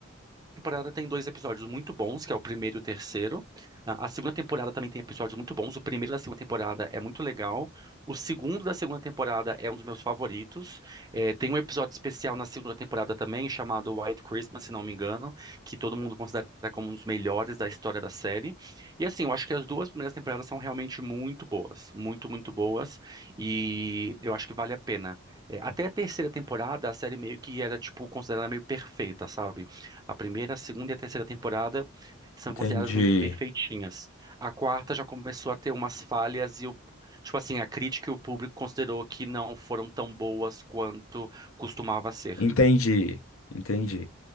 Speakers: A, on the right; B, on the left.
A: temporada tem dois episódios muito bons, que é o primeiro e o terceiro. A a segunda temporada também tem episódios muito bons. O primeiro da segunda temporada é muito legal. O segundo da segunda temporada é um dos meus favoritos. É, tem um episódio especial na segunda temporada também, chamado White Christmas, se não me engano, que todo mundo considera como um dos melhores da história da série. E assim, eu acho que as duas primeiras temporadas são realmente muito boas, muito, muito boas. E eu acho que vale a pena. É, até a terceira temporada, a série meio que era, tipo, considerada meio perfeita, sabe? A primeira, a segunda e a terceira temporada são
B: Entendi,
A: consideradas meio que perfeitinhas. A quarta já começou a ter umas falhas e o, tipo assim, a crítica e o público considerou que não foram tão boas quanto costumava ser.
B: entendi, entendi.